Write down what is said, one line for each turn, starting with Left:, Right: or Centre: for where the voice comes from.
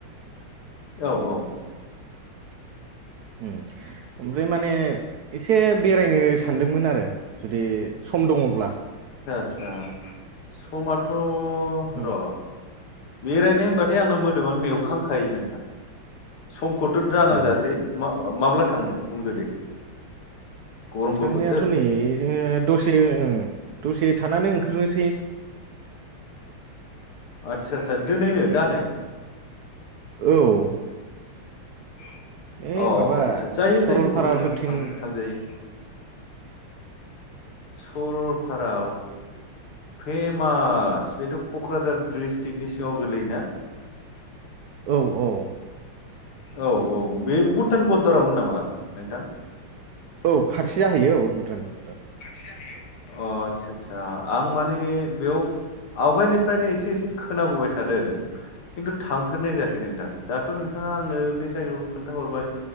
Left: औ औ
Right: उम ओमफ्राय माने इसे बेरायनो सा सान्दोंमोन आरो जुदि सम दङब्ला।
Left: सा समाथ'
Right: उम
Left: र बेरायनो होनबाथाय आंना मोदोमानो मेवखांखायो नोंथां। समखौथ' दानांजासै
Right: अ
Left: मा-माब्ला थांनो बुंदो दे। गरमबो
Right: थांनायाथ'
Left: बोथोर
Right: नै ओ दसे ओ दसे थानानै ओंखारनोस
Left: आदसा सा दोनैनो दानो?
Right: औ
Left: अ
Right: ओइ
Left: आचसा
Right: माबा
Left: सा जायो
Right: सरलपाराफोरथिं
Left: जायो जेबो नोङा थांनो थांजायो। सरलफारा
Right: <inaudible>
Left: फेमास बेथ' क'क्राझार द्रिस्ट्रिक्नि सिङाव गोलैयोना?
Right: औ औ
Left: औ औ बे भुटान बरदारावमोन नामा नोंथां?
Right: औ खाथि जाहैयो औ भुटान भुटान
Left: अ आदसा सा आं माने बेयाव आवगायनिफ्रायनो इसे इसे खोनाबोबाय। थादों किन्थु थांफेरनाय जायाखै नोंथां दाथ' नोंथाङा आंनो बे जायगायाव खोन्थाहरबाय।